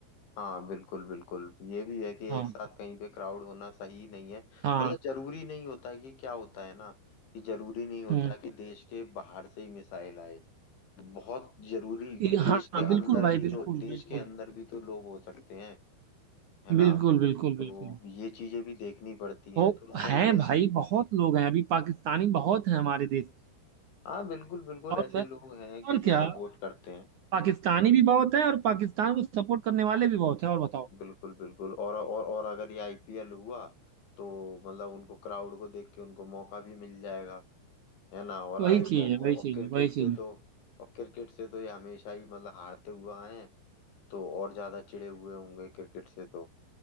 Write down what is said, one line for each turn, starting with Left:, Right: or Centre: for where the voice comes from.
Left: हाँ बिल्कुल बिल्कुल ये भी है कि
Right: हाँ
Left: एक साथ कहीं पे क्राउड होना सही नहीं है
Right: हाँ
Left: मतलब जरूरी नहीं होता है कि क्या होता है ना कि जरूरी नहीं होता
Right: हम्म
Left: कि देश के बाहर से ही मिसाइल आए बहुत जरूरी
Right: ये-
Left: देश
Right: हाँ
Left: के अंदर
Right: बिल्कुल भाई
Left: भी
Right: बिल्कुल
Left: तो देश
Right: बिल्कुल
Left: के अंदर भी तो लोग हो सकते हैं है ना
Right: बिल्कुल बिल्कुल
Left: तो
Right: बिल्कुल
Left: ये चीजें भी देखनी पड़ती हैं
Right: ओ
Left: तो सही
Right: हैं
Left: है
Right: भाई बहुत लोग हैं अभी पाकिस्तानी बहुत हैं हमारे देश में।
Left: हाँ बिल्कुल बिल्कुल
Right: और
Left: ऐसे
Right: मैं
Left: लोग हैं कि
Right: और
Left: जो
Right: क्या
Left: सपोर्ट करते हैं
Right: पाकिस्तानी भी बहुत है और पाकिस्तान को सपोर्ट करने वाले भी बहुत है और बताओ
Left: बिल्कुल बिल्कुल और और और अगर ये आईपीएल हुआ तो मतलब उनको क्राउड को देख के उनको मौका भी मिल जाएगा है ना और
Right: वही
Left: आई और,
Right: चीज
Left: और
Right: है वही चीज
Left: क्रिकेट
Right: है वही चीज
Left: से
Right: है
Left: तो और क्रिकेट से तो ये हमेशा ही मतलब हारते हुए आए हैं तो और ज्यादा चिढ़े हुए होंगे क्रिकेट से तो